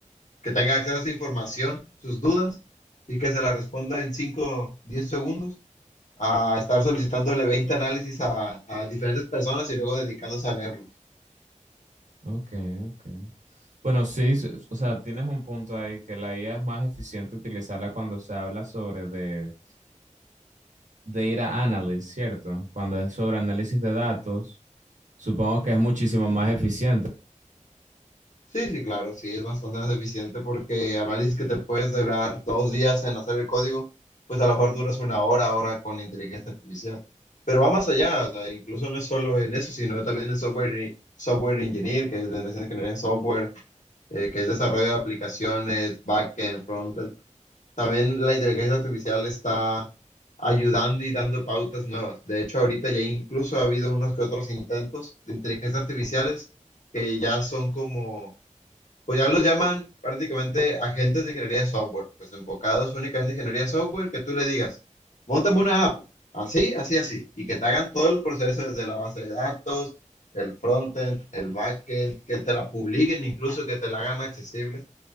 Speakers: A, on the left (about 70°); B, on the right (about 70°).
A: que tenga acceso a esa información, sus dudas, y que se la responda en 5 10 segundos, a estar solicitándole 20 análisis a, a diferentes personas y luego dedicándose a leerlos.
B: ok, ok. Bueno, sí, s- o sea, tienes un punto ahí, que la IA es más eficiente utilizarla cuando se habla sobre de data analysis, ¿cierto? Cuando es sobre análisis de datos, supongo que es muchísimo más eficiente.
A: Sí, sí, claro, sí, es bastante más eficiente porque análisis que te puedes durar dos días en hacer el código, pues a lo mejor duras una hora ahora con la inteligencia artificial. Pero va más allá, o sea, incluso no es solo en eso, sino también en software, e- software engineer, que es de de ingeniería en software, eh, que es desarrollo de aplicaciones, backend, frontend. También la inteligencia artificial está ayudando y dando pautas nuevas. De hecho, ahorita ya incluso ha habido unos que otros intentos de inteligencia artificiales que ya son como pues ya los llaman prácticamente agentes de ingeniería software, pues enfocados únicamente en ingeniería software, que tú le digas, montame una app, así, así, así, y que te hagan todo el proceso desde la base de datos, el frontend, el backend, que te la publiquen incluso, que te la hagan accesible,